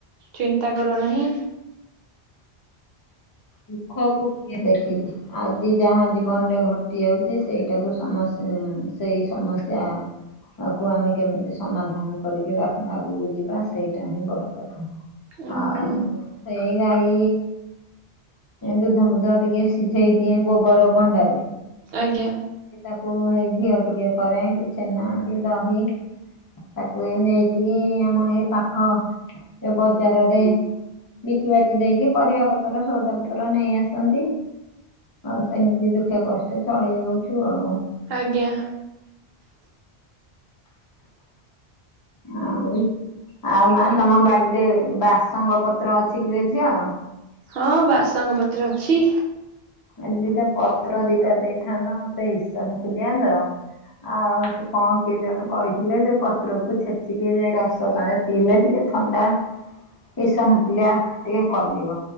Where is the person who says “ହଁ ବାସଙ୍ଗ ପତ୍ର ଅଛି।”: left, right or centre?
Right